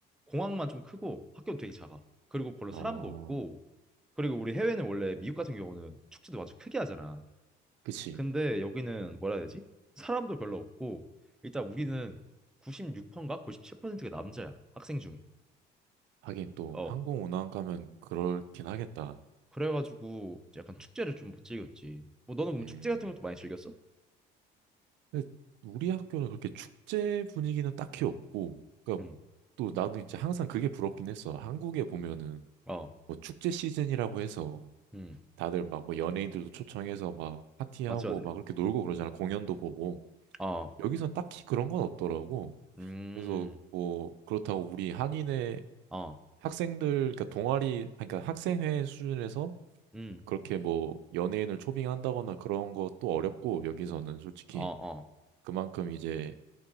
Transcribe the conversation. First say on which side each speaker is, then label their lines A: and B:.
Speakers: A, in the centre; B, on the right.
A: 공항만 좀 크고 학교는 되게 작아. 그리고 별로
B: 어,
A: 사람도 없고 그리고 우리 해외는 원래 미국 같은 경우는 축제도 아주 크게 하잖아.
B: 그치.
A: 근데 여기는 뭐라 해야 되지? 사람도 별로 없고 일단 우리는 96%인가 97%가 남자야 학생 중에.
B: 하긴 또
A: 어
B: 항공 운항 가면 그렇긴 하겠다.
A: 그래가지고 약간 축제를 좀 못 즐겼지. 뭐 너는 그럼
B: 음.
A: 축제 같은 것도 많이 즐겼어?
B: 근데 우리 학교는 그렇게 축제 분위기는 딱히 없고, 그러니까
A: 응.
B: 또 나는 이제 항상 그게 부럽긴 했어. 한국에 보면은
A: 어.
B: 뭐 축제 시즌이라고 해서
A: 응.
B: 다들 막 뭐 연예인들도 초청해서 막 파티하고
A: 맞지 맞지.
B: 막 그렇게 놀고 그러잖아. 공연도 보고.
A: 어.
B: 여기서 딱히 그런 건 없더라고.
A: 음.
B: 그래서 뭐 그렇다고 우리 한인의
A: 어.
B: 학생들, 그러니까 동아리, 그러니까 학생회 수준에서
A: 음.
B: 그렇게 뭐 연예인을 초빙한다거나 그런 것도 어렵고 여기서는 솔직히
A: 어 어.
B: 그만큼 이제